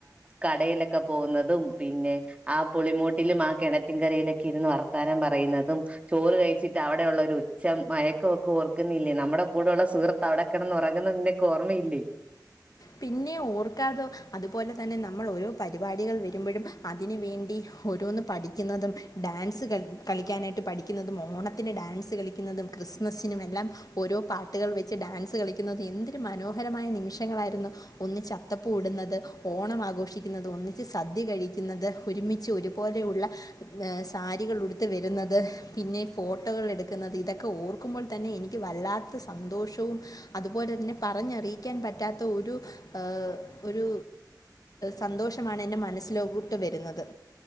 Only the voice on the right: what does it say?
കടയിലൊക്ക പോവ്ന്നതും പിന്നെ ആ പുളിമോട്ടിലും ആ കേണറ്റിൻ കരയിലൊക്കെ ഇരുന്ന് വർത്താനം പറയുന്നതും ചോറ് കഴിച്ചിട്ട് അവടെയുള്ള ഒരു ഉച്ച മയക്കവൊക്കെ ഓർക്കുന്നില്ലേ ന്നമ്മടെ കൂടെയുള്ള സുഹൃ അവടെക്കെടന്ന് ഒറങ്ങുന്നത് നിനക്ക് ഓർമ്മയില്ലേ?